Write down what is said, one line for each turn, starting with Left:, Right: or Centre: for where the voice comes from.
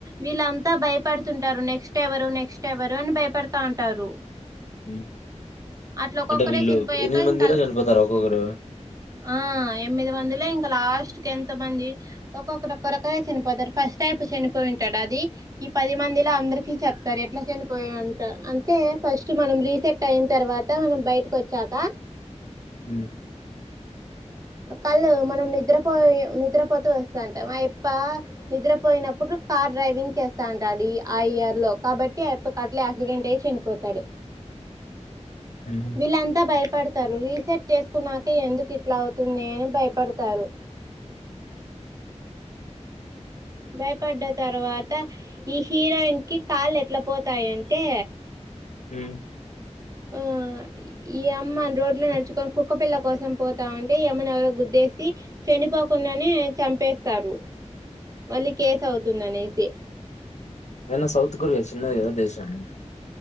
Right: వీళ్ళంతా భయపడుతుంటారు నెక్స్ట్ ఎవరు నెక్స్ట్ ఎవరు అని భయపడుతా ఉంటారు
Left: మ్మ్
Right: అట్లా ఒక్కొక్కరే
Left: అంటే వీళ్ళు
Right: చనిపోయాక
Left: ఎనిమిది మందిలో
Right: ఇంకా
Left: చనిపోతారు ఒక్కొక్కరు
Right: ఆ ఎనిమిది మందిలే ఇంకా లాస్ట్ క ఎంత మంది ఒక్కొక్కరు ఒక్క రకరే చనిపోతారు ఫస్ట్ అయిపు చనిపోయింటాడు అది ఈ పది మందిలో అందరికి చెప్తారు ఎట్లా చనిపోయి అంట అంటే ఫస్ట్ మనం రీసెట్ టైన్ తర్వాత మనం బయటకి వచ్చాక
Left: మ్మ్
Right: కళ్ళు మనం నిద్రపోయి నిద్రపోతూ వస్తాంట మా అప్ప నిద్రపోయినప్పుడు కార్ డ్రైవింగ్ చేస్తాంటాడు ఆ ఇయర్ లో కాబట్టి ఆయప్ప అట్లా యాక్సిడెంట్ అయి చనిపోతాడు
Left: మ్మ్
Right: వీళ్ళంతా భయపడతారు రీసెట్ చేసుకున్నాక ఎందుకు ఇట్లా అవుతుంది అని భయపడతారు భయపడ్డ తర్వాత ఈ హీరోయిన్ కి కాళ్లు ఎట్లా పోతాయంటే
Left: మ్మ్
Right: ఆ ఈ అమ్మ రోడ్లో నడుచుకొని కుక్కపిల్ల కోసం పోతా ఉంటే ఈ అమ్మను ఎవరో గుద్దేసి చనిపోకుండానే చంపేస్తారు మళ్ళీ కేసు అవుతుంది అనేసి
Left: ఏన్న సౌత్ కొరియా చిన్న ఏదో దేశా అండి